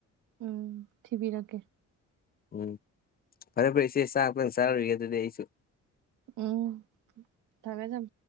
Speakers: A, on the right (about 80°); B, on the left (about 30°).
A: ꯎꯝ ꯊꯤꯕꯤꯔꯀꯦ
B: ꯎꯝ ꯐꯔꯦ ꯐꯔꯦ ꯏꯆꯦ ꯆꯥꯛ ꯉꯛꯇꯪ ꯆꯥꯔꯨꯔꯤꯒꯦ ꯑꯗꯨꯗꯤ ꯑꯩꯁꯨ
A: ꯎꯝ ꯊꯃꯦꯦ ꯊꯝ